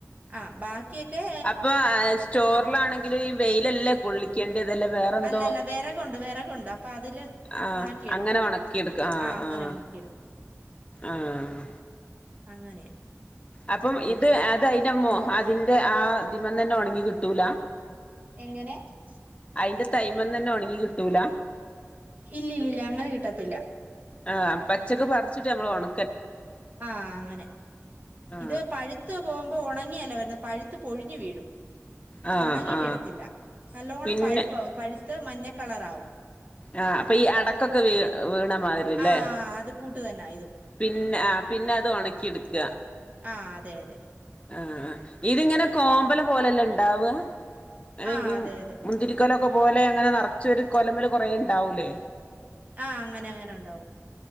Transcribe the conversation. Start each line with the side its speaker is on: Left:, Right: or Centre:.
Right: ആ ബാ ബാക്കിയൊക്കെ
Left: അപ്പൊ ആ സ്റ്റോറിലാണെങ്കിലും ഈ വെയിലെല്ലാം. പൊള്ളിക്കേണ്ട വെല വേറെന്തോ.
Right: അല്ലല്ല വിറകുണ്ട് വിറകുണ്ട് അപ്പൊ അതില്
Left: ആഹ്
Right: ഉണക്കിയെടുക്കും
Left: അങ്ങനെ ഒണക്കി എടുക്ക ആഹ്,
Right: ആ അങ്ങനെ
Left: ആഹ്,
Right: ഉണക്കിയെടുക്കും
Left: ആഹ്.
Right: അങ്ങനെ.
Left: അപ്പം ഇത് അത് അയിന്റെ മോഹ
Right: എന്തോ
Left: അതിന്റെ ആ അതിമന്നെ ഒണങ്ങി കിട്ടൂല.
Right: എങ്ങനെ? <unintelligible>
Left: അതിന്റെ തൈമന്ന് തന്നെ ഉണങ്ങി കിട്ടൂല
Right: ഇല്ലില്ലില്ല അങ്ങനെ കിട്ടത്തില്ല.
Left: ആഹ് പച്ചക്ക് പറിച്ചിട്ട് ഞമ്മള് ഒണ
Right: ആഹ് അങ്ങനെ.
Left: ആ
Right: ഇത് പഴുത്ത് പോകുമ്പോ ഒണങ്ങിയല്ല വരുന്നെ പഴുത്ത് പൊഴിഞ്ഞു വീഴും.
Left: ആ
Right: ഒണങ്ങി
Left: ആ
Right: വീഴത്തില്ല നല്ലോണം
Left: പിന്നെ
Right: പഴുപ്പാവും പഴുത്ത് മഞ്ഞ കളറാവും.
Left: ആ അപ്പൊ ഈ അടക്കൊക്കെ വീ, വീണ മാതിരില്ലേ.
Right: ആ അത് കൂട്ട് തന്നാ ഇതും
Left: പിന്നെ ആ പിന്നെത് ഒണക്കിടുക്ക.
Right: ആ അതെ, അതെ.
Left: ആ, ആഹ് ഇതിങ്ങനെ കോമ്പല് പോലെല്ല ഇണ്ടാവ? അനെ
Right: ആ
Left: ഇ
Right: അതെ അതെ
Left: മുന്തിരി. ക്കൊലൊക്കെ പോലെ അങ്ങനെ നെറച്ചൊരു കൊലമ്മല് കുറേണ്ടാവൂലേ?
Right: ആഹ് അങ്ങനെങ്ങനെ ഉണ്ടാവും.